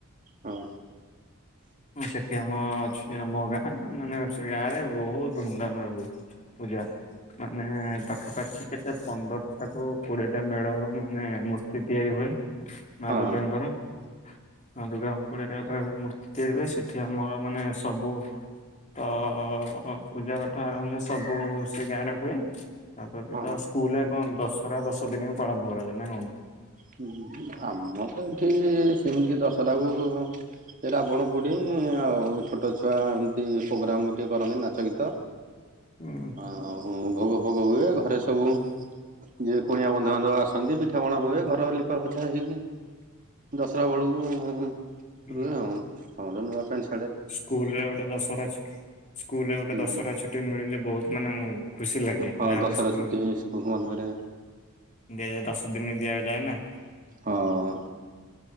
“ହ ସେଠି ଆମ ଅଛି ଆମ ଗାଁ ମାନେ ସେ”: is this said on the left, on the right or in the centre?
Left